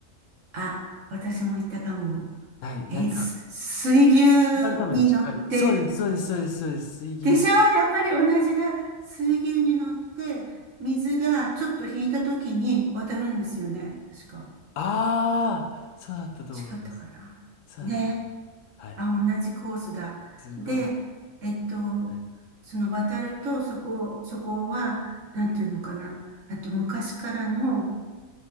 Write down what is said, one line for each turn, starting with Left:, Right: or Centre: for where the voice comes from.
Right: あ、私も行ったかも。
Left: はい、なんか、
Right: え、す水牛
Left: 一番多分近い。
Right: に乗って、
Left: そうです、そうです、そうです、そうです、水牛。
Right: でしょやっぱり同じだ。水牛に乗って、水がちょっと引いた時に渡るんですよね。確か。
Left: ああ、そうだったと思います。
Right: 違ったかな。
Left: そうだったと思います。
Right: ね。
Left: はい。
Right: あ、同じコースだ。
Left: すごい。
Right: で、えっと、
Left: はい、
Right: その渡ると、そこ、そこは、なんていうのかな。あと、昔からの、